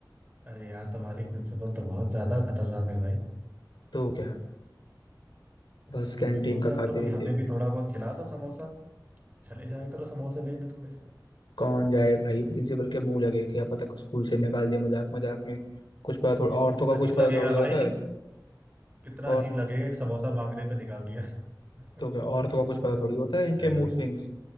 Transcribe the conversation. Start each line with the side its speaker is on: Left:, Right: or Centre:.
Right: अरे यार तुम्हारी प्रिंसिपल तो बहुत ज्यादा खतरनाक है भाई
Left: तो क्या
Right: तो
Left: बस
Right: फिर तुम
Left: कैंटीन
Right: भी बोल
Left: का
Right: दिया करो
Left: खाती
Right: भाई
Left: रहती
Right: हमें
Left: है
Right: भी थोड़ा बहुत खिला दो समोसा चले जाया करो समोसे लेने थोड़े से
Left: कौन जाए भाई प्रिंसिपल के मुंह लगे क्या पता स्कूल से निकाल दिया मजाक मजाक में कुछ पता थोड़ा
Right: ये
Left: औरतों का
Right: अजीब
Left: कुछ पता
Right: लगेगा
Left: थोड़ी होता
Right: भाई
Left: है
Right: कितना
Left: और
Right: अजीब लगेगा एक समोसा मांगने पे निकाल दिया <laughs> अजीब
Left: तो क्या औरतों का कुछ पता थोड़ी
Right: सा
Left: होता है
Right: ही
Left: इनके
Right: हो जाएगा
Left: मूड स्विंग्स